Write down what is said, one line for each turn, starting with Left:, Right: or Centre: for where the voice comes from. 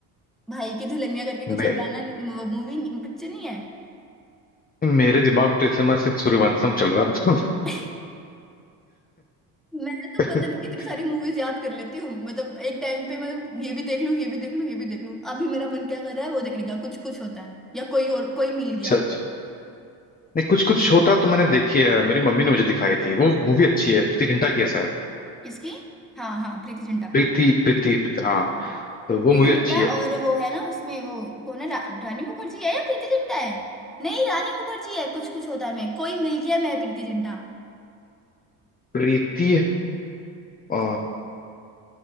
Centre: भाई की दुल्हनिया करके कुछ
Left: मैं
Centre: एक गाना वो मूवी पिक्चर नहीं वो movie नहीं- picture नहीं है
Left: मेरे दिमाग में तो इस समय सिर्फ सूर्यवंशम चल रहा है।
Centre: <laughs> मैं तो
Left: <laughs>
Centre: पता नहीं कितनी सारी मूवीज याद कर लेती हूँ मतलब एक टाइम पे मैं ये भी देख लूँ ये भी देख लूँ ये भी देख लूँ अभी मेरा मन क्या कर रहा है वो देखने का कुछ कुछ होता है या कोई और कोई मिल
Left: अच्छा
Centre: गया
Left: अच्छा नहीं कुछ कुछ होता तो मैंने देखी है मेरी मम्मी ने मुझे दिखाई थी वो मूवी अच्छी है प्रीति जिंटा की है शायद
Centre: किसकी हाँ हाँ प्रीति जिंटा
Left: प्रीति प्रीति प्रीति हाँ तो वो
Centre: प्रीति
Left: मूवी
Centre: जिंटा
Left: अच्छी है
Centre: और वो है ना उसमें वो कौन है रा, रानी मुखर्जी है या प्रीति जिंटा है नहीं रानी मुखर्जी है कुछ कुछ होता है मैं कोई मिल गया मैं प्रीति जिंटा
Left: प्रीति अ,